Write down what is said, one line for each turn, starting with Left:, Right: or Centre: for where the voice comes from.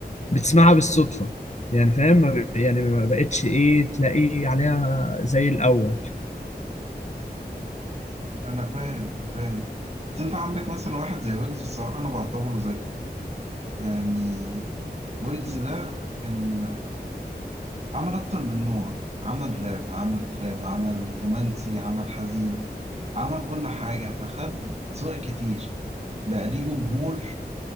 Left: بتسمعها بالصدفه يعني فاهم ما- يعني ما بقتش ايه تلاقي عليها زي الاول
Right: أنا فاهم فاهم بس أنت عندك مثلا واحد زي ويجز الصراحة أنا بعتبره ذكي يعني ويجز ده كان عمل أكتر من نوع عمل راب عمل تراب عمل رومانسي عمل حزين عمل كل حاجة فخد أذواق كتير بقى ليه جمهور